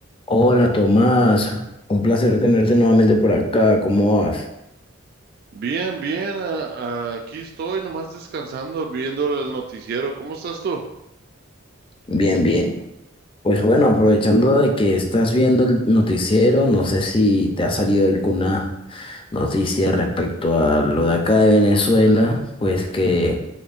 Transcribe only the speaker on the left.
Hola Tomás, un placer tenerte nuevamente por acá. ¿Cómo vas?
Bien, bien. Pues bueno, aprovechando de que estás viendo el noticiero, no sé si te ha salido alguna noticia respecto a lo de acá de Venezuela, pues que